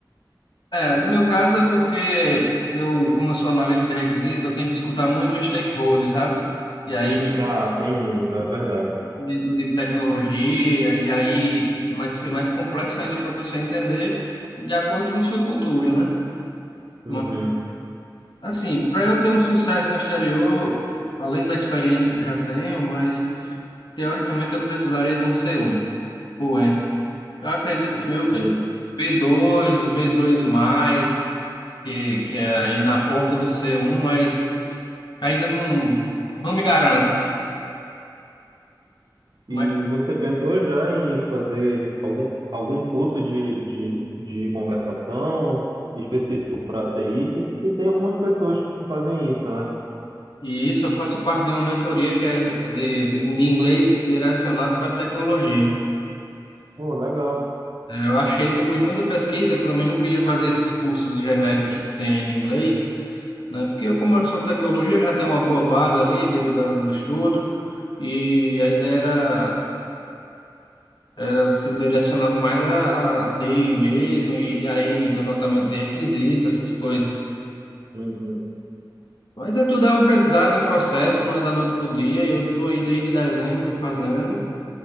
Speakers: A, on the left; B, on the right.
A: É, no meu caso é porque eu, como eu sou analista de requisitos, eu tenho que escutar muito os stakeholders, sabe? E aí,
B: Uhum, Ah, tem isso, é verdade.
A: dentro de tecnologia, e aí vai ser mais complexo ainda para a pessoa entender de acordo com sua cultura, né?
B: Uhum,
A: Mas, assim, para eu ter um sucesso no exterior, além da experiência que já tenho, mas teoricamente eu precisaria de um C1 fluente. Eu acredito meu que
B: sim,
A: b dois b dois mais que, que é aí na porta do c um mas Ainda não, não me garanto. Mas,
B: E você pensou já em fazer algum, algum curso de, de, de conversação específico para TI, que, que tem algumas pessoas que fazem isso, né?
A: e isso eu faço parte de uma mentoria que é de, de, de inglês direcionado para tecnologia.
B: Pô, legal.
A: Eh, Eu achei, depois de muita pesquisa, que eu também não queria fazer esses cursos genéricos que tem aí de inglês, né? Porque eu, como eu sou tecnologia, eu já tenho uma boa base ali devido ao estudo, e a ideia era, era ser direcionado mais a, a a daily mesmo, e, e aí levantamento de requisitos, essas coisas.
B: Uhum.
A: Mas é tudo é um aprendizado e um processo, não é da noite para o dia. Eu estou aí desde dezembro fazendo.